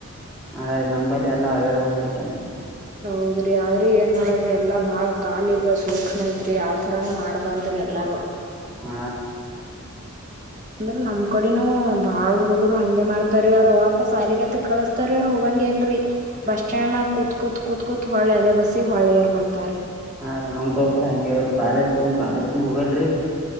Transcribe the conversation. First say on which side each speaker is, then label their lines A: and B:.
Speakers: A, in the centre; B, on the right.
A: ಆ ರೀ ನಂಬಲ್ಲಿ ಎಲ್ಲ ಅವ್ಯವ ನೋಡೋಕಂತೆ
B: ಹೌದ್ರಿ ಆದ್ರೂ ಏನ್ ಮಾಡದ್ರಿ ಎಲ್ಲಾ ಬಾಳ ಕಾಲಿಗ ಸೂಕ್ಷ್ಮ ಐತ್ರಿ ಆತರಾನ ಮಾಡ್ಬಾರದ್ರಿ ಎಲ್ಲಾರೂ
A: ಹ
B: ಅಂದ್ರೆ ನಮ್ ಕಡೆನೂ ಬಾಳ್ ಹುಡುಗರು ಹಂಗೆ ಮಾಡ್ತಾರಿ ಅವ್ರ್ ಅವಪ ಸಾಲಿಗೆಗತೆ ಕಳಸ್ತಾರ ಅವ್ರು ಹೋಗಂಗೆ ಎಲ್ರರಿ ಬಸ್ ಸ್ಟ್ಯಾಂಡ್ ನ ಕೂತ್ ಕೂತ್ ಕೂತ್ ಕೂತ್ ಹೊಳ್ಳೆ ಅದೇ ಬಸ್ಸಿಗೆ ಹೊಳ್ಳೆಯರ್ ಬರ್ತಾರೆ
A: ಹಾ ನಮ್ ತೋಸ್ತ್ರ ಹಂಗಗೆ ಅವವ ಕಾಲೇಜ್ ಹ್ ಕಾಲೇಜಕನ ಹೋಗಲ್ರರಿ